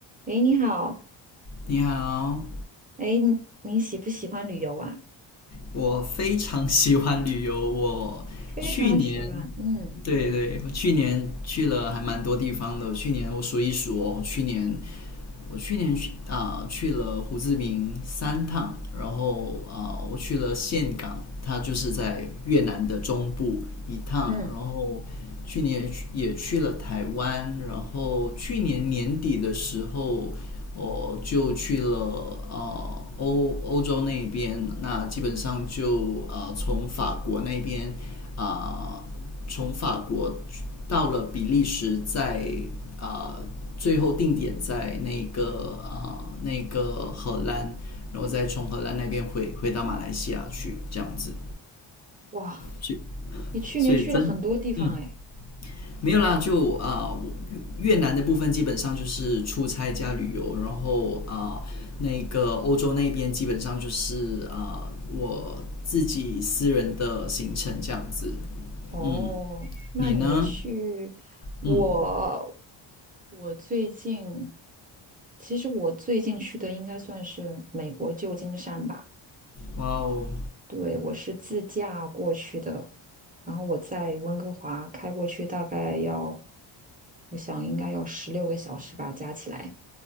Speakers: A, on the right; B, on the left.
A: 诶，你好，
B: 你好，
A: 诶，你你喜不喜欢旅游啊？
B: 我非常喜欢旅游。我去年，
A: 非常喜欢，嗯
B: 对对，我去年去了还蛮多地方的。去年我数一数哦，去年我去年去啊、去了胡志明三趟，然后啊、我去了岘港，它就是在越南的中部一趟，
A: 嗯，
B: 然后去年也去也去了台湾，然后去年年底的时候。我就去了呃欧欧洲那边，那基本上就呃从法国那边啊、呃从法国到了比利时在，啊呃最后定点在那个啊、呃那个荷兰，然后再从荷兰那边回回到马来西亚去这样子，
A: 哇，
B: 去
A: 你去年去了很多地方诶。
B: 所以真嗯没有啦，就啊、呃越南的部分基本上就是出差加旅游，然后啊、呃那个欧洲那边基本上就是啊、呃我自己私人的行程这样子。
A: 哦，
B: 嗯，
A: 那你去我
B: 你呢？嗯，
A: 我最近，其实我最近去的应该算是美国旧金山吧。
B: 哇哦，
A: 对，我是自驾过去的，然后我在温哥华开过去，大概要，我想应该要十六个小时吧，加起来。